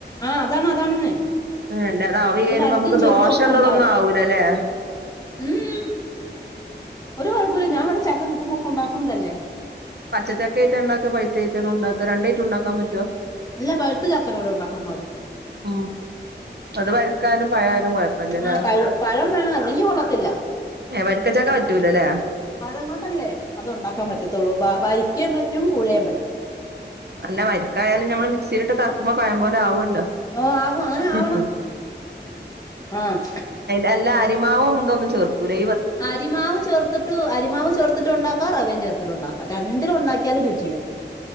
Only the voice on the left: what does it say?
ആഹ് അതാണ് അതാണെന്നേ
അത്
വലുതും
ചെറുതും
ഒക്കെ ഉണ്ടാവും
ഉം ഒരു കുഴപ്പല്ല ഞാൻ ഇവിടെ ചക്ക കിട്ടുമ്പോക്കെ ഉണ്ടാക്കുന്നതല്ലേ
ഇല്ല പഴുത്ത ചാക്കനോടെ ഉണ്ടാക്കാൻ പടു
ആഹ് പഴ പഴം വേണം അല്ലെങ്കിൽ കൊള്ളത്തില്ല
പഴം കൊണ്ടല്ലേ അത് ഉണ്ടാക്കാൻ പറ്റത്തുള്ളൂ വരിക്കീം പറ്റും കൂഴെൻ പറ്റും
ഓഹ് ആവും അങ്ങനെ
ആവണം ആഹ്
അരിമാവ് ചേർത്തിട്ട് അരിമാവ് ചേർത്തിട്ടുണ്ടാക്ക റവയും ചേർത്തിട്ടുണ്ടാക്കു രണ്ടിലും ഉണ്ടാക്കിയാലും രുചിയാ